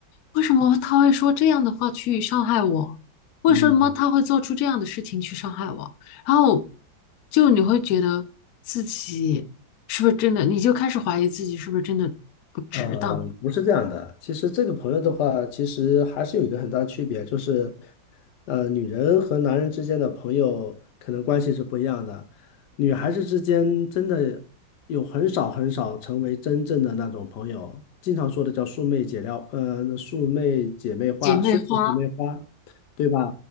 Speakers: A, on the left; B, on the left.
A: 为什么他会说这样的话去伤害我？为什么他会做出这样的事情去伤害我？
B: 嗯，
A: 然后就你会觉得自己是不是真的，你就开始怀疑自己是不是真的不值得。
B: 呃，不是这样的。其实这个朋友的话，其实还是有一个很大的区别，就是，呃，女人和男人之间的朋友可能关系是不一样的。女孩子之间真的有很少很少成为真正的那种朋友，经常说的叫“素昧姐撩”，呃，“素昧姐妹花”，
A: 姐妹花，
B: “素昧姐妹花”，对吧？